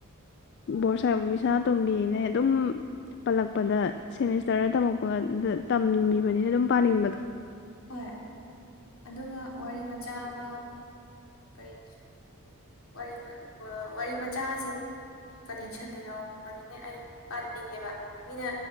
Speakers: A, on the left; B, on the left.
A: ꯕꯣꯔ ꯁꯥ ꯍ‌ꯦꯞ ꯁꯥꯅꯥꯇꯣꯝꯕꯤꯅꯦ ꯑꯗꯨꯝ ꯄꯜꯂꯛꯄꯗ ꯁꯦꯃꯤꯁꯇꯔꯗ ꯇꯝꯃꯛꯄꯒ ꯇꯝꯃꯤꯕꯅꯤꯅ ꯑꯗꯨꯝ ꯄꯥꯅꯤꯡꯕꯗꯣ
B: ꯍꯣꯏ ꯑꯗꯨꯒ ꯋꯥꯔꯤ ꯃꯆꯥ ꯑꯃ ꯀꯩ ꯋꯥꯔꯤ ꯋꯥꯔꯤ ꯃꯆꯥꯁꯤꯡꯒꯤ ꯀꯂꯦꯛꯁꯟꯗ ꯌꯥꯎꯔꯛꯄꯅꯤꯅ‌ꯦ ꯑꯩ ꯄꯥꯅꯤꯡꯉꯦꯕ ꯃꯤꯅ